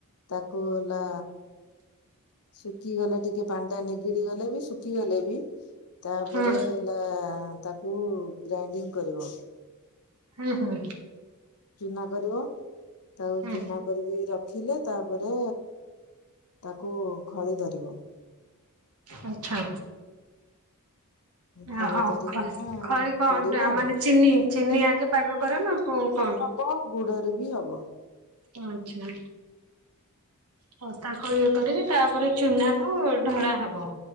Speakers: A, on the left; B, on the right.
A: ତାକୁ ହେଲା ଶୁଖି ଗଲେ ଟିକେ ପାଣି ଟା ନିଗିଡି ଗଲେ ବି ଶୁଖି ଗଲେ ବି ତାପରେ
B: ହୁଁ
A: ହେଲା ତାକୁ ଗ୍ରାଇଣ୍ଡିଙ୍ଗ କରିବ।
B: ହୁଁ ହଁ।
A: ଚୁନା କରିବ ତାକୁ
B: ହୁଁ
A: ଚୁନା କରିକି ରଖିଲେ ତାପରେ ତାକୁ ଖଳି ଧରିବ
B: ଆଚ୍ଛା
A: ଖଳି
B: ଓହୋ
A: ଧରିକି
B: ଖ
A: ନା
B: ଖଳି କଣ
A: କରିବ
B: ମାନେ ଚିନି ଚିନି ଆଗେ ପାଗ କରନା କଁ କଣ
A: ତ ଗୁଡ଼ିରେବି ହବ।
B: ଆଚ୍ଛା। ହ ତାକୁ ଇଏ କରିବି ତାପରେ ଚୁନାକୁ ଢଳା ହବ।